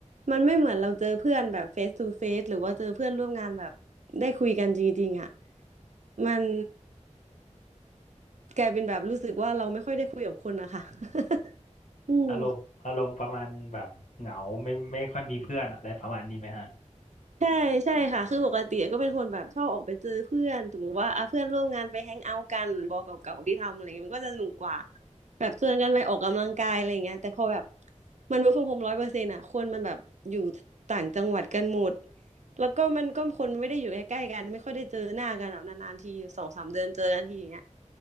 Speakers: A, on the right; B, on the left.
A: มันไม่เหมือนเราเจอเพื่อนแบบเฟสทูเฟสหรือว่าเจอเพื่อนร่วมงานแบบได้คุยกันจริงๆอ่ะมันกลายเป็นแบบรู้สึกว่าเราไม่ค่อยได้คุยกับคนนะคะ <laughs> อืม
B: อารมณ์อารมณ์ประมาณแบบเหงาไม่ไม่ค่อยมีเพื่อนอะไรประมาณนี้ไหมฮะ
A: ใช่ใช่ค่ะคือปกติก็เป็นคนแบบชอบออกไปเจอเพื่อนสมมติว่าอ่ะเพื่อนร่วมงานไปแฮงเอาท์กันบอเก่าๆที่ทำอะไรเงี้ยมันก็จะสนุกกว่าแบบชวนกันไปออกกำลังกายอะไรเงี้ยแต่พอแบบมันเวิร์กฟรอมโฮมร้อยเปอร์เซ็นต์อ่ะคนมันแบบอยู่ต่างจังหวัดกันหมดแล้วก็มันก็คนไม่ได้อยู่ใกล้ๆกันไม่ค่อยได้เจอหน้ากันแบบนานๆทีสองสามเดือนเจอกันทีอย่างเงี้ย